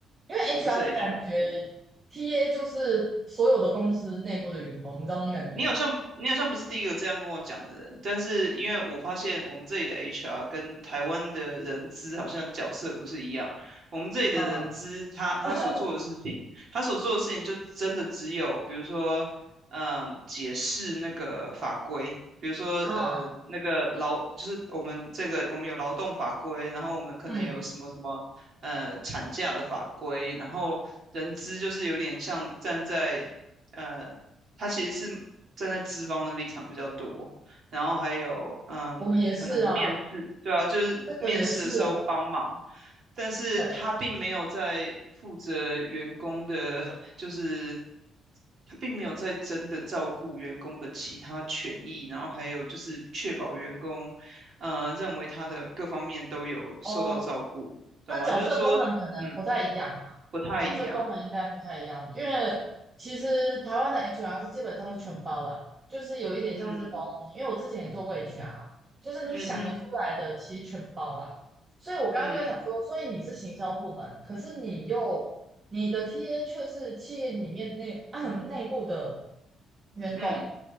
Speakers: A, on the right; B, on the right.
A: 因为
B: 我不是
A: HR 的感觉，TA
B: HR，
A: 就是所有的公司内部的员工，你知道那种感觉吗？
B: 你好像你好像不是第一个这样跟我讲的人，但是因为我发现我们这里的 HR 跟台湾的人资好像角色不是一样，我们这里的人资他他所做的事情，
A: 嗯 <laughs>
B: 他所做的事情就真的只有比如说，嗯、解释那个法规。比如说，
A: 嗯
B: 呃，那个劳就是我们这个，我们有劳动法规，然后我们可能有什么什么，
A: 嗯，
B: 呃，产假的法规，然后人资就是有点像站在呃他其实是站在资方的立场比较多，然后还有嗯，
A: 我们也是啊，
B: 可能面试，对啊，就是面试的时候帮忙，
A: 这个也是啊，
B: 但是他并没有在负责员工的，
A: 对
B: 就是他并没有在真的照顾员工的其他权益，然后还有就是确保员工呃认为他的各方面都有受到照顾，
A: 哦，
B: 懂吗？
A: 那角色功能可能不太一样，
B: 就是说，嗯，不太一样，
A: 角色功能应该不太一样，因为其实台湾的 HR 是基本上是全包啦，就是有一点像是保姆，
B: 嗯
A: 因为我之前也做过 HR，就是你想得出来的其实全包啦。
B: 嗯哼，
A: 所以我刚刚就在想说，
B: 嗯
A: 所以你是行销部门，可是你又你的 TA 却是企业里面内 <clears throat> 内部的员工，
B: 嗯